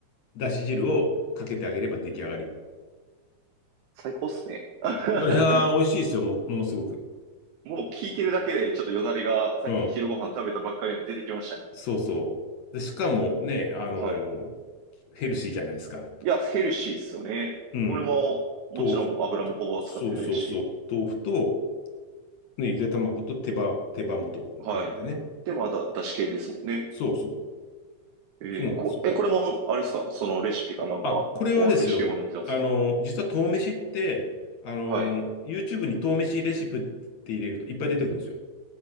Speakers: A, on the left; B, on the right.
A: だし汁をかけてあげれば出来上がり。
B: 最高っすね。<laughs>
A: それは美味しいですよ、も、ものすごく。
B: もう聞いてるだけで、ちょっとよだれが、さっき昼ご飯食べたばっかりなので出てきましたね。
A: うん。そうそう。で、しかもね、あの、
B: はい。
A: ヘルシーじゃないですか。
B: いや、ヘルシーっすよね。
A: うん。
B: これも、もちろん油もほぼ使ってないし。
A: 豆腐と、そうそうそう。豆腐と、ね、ゆで卵と手羽、手羽元なんでね。
B: はい。で、また、だし系ですもんね。
A: そうそう。
B: えーこ、
A: そうなんですよ。
B: え、これも、あれですかそのレシピかなんか、
A: あ、これはですよ。
B: 本、レシピ本に載ってますか
A: あの、実は豆飯って、あの、
B: はい。
A: YouTube に豆飯レシピって入れるといっぱい出てくるんですよ。